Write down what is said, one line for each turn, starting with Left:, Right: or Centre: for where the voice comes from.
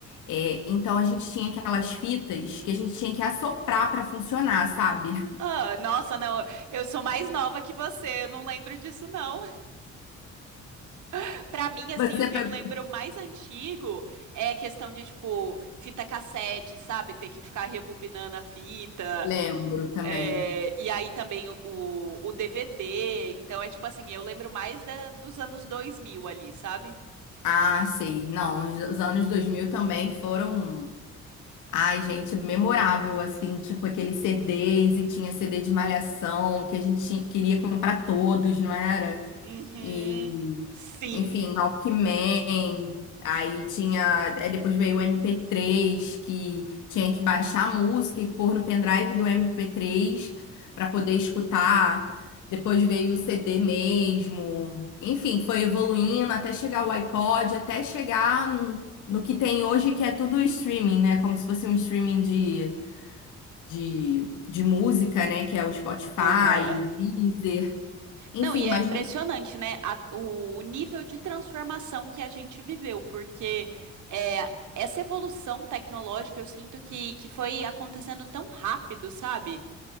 Left: É, então a gente tinha aquelas fitas que a gente tinha que assoprar pra funcionar, sabe?
Right: Ah, nossa, não, eu sou mais nova que você, eu não lembro disso não. <laughs> Pra mim, assim,
Left: <laughs> Você
Right: o que
Left: pegou?
Right: eu lembro mais antigo é a questão de, tipo, fita cassete, sabe? Ter que ficar rebobinando a fita.
Left: Lembro também.
Right: É, e aí também o, o o DVD, então é tipo assim, eu lembro mais da- dos anos dois mil ali, sabe?
Left: Ah, sei. Não, os os anos 2000 também foram, ai, gente, memorável, assim, tinha com aqueles CDs e tinha CD de Malhação que a gente tinha- queria comprar todos, não era?
Right: Uhum.
Left: E,
Right: Sim.
Left: enfim, Walkman. Aí tinha. Aí depois veio o MP3, que tinha que baixar a música e pôr no pendrive do MP3 para poder escutar. Depois veio o CD mesmo. Enfim, foi evoluindo até chegar o iPod, até chegar no no que tem hoje, que é tudo streaming, né? Como se fosse um streaming de, de, de música, né? Que é o Spotify,
Right: Aham.
Left: o Deezer. Enfim,
Right: Não, e é
Left: mas
Right: impressionante, né? a- o, o nível de transformação que a gente viveu, porque é, essa evolução tecnológica eu sinto que, que foi acontecendo tão rápido, sabe?